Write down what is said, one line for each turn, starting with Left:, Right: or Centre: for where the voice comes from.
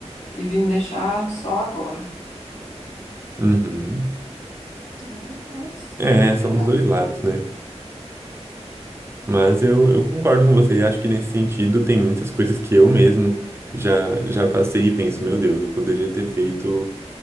Left: E vim deixar só agora.
Right: Uhum.
Left: né? Mas
Right: É,
Left: também
Right: são
Left: tá.
Right: os dois lados, né? Mas eu, eu concordo com você. Acho que nesse sentido tem muitas coisas que eu mesmo já, já passei e penso, meu Deus, eu poderia ter feito.